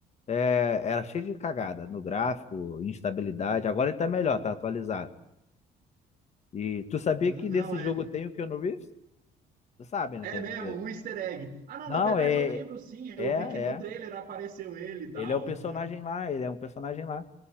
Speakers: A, on the left (about 40°); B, on the right (about 55°).
A: É, era cheio de cagada no gráfico, instabilidade. Agora ele tá melhor, tá atualizado. E tu sabia
B: N-
A: que nesse
B: Não é.
A: jogo tem o Keanu Reeves? Tu sabe, né?
B: É mesmo,
A: É- é.
B: um easter egg. Ah, não,
A: Não,
B: na verdade
A: é,
B: eu lembro sim, eu
A: é, é.
B: vi que no trailer apareceu ele e tal.
A: Ele é o personagem lá, ele é um personagem lá. Aí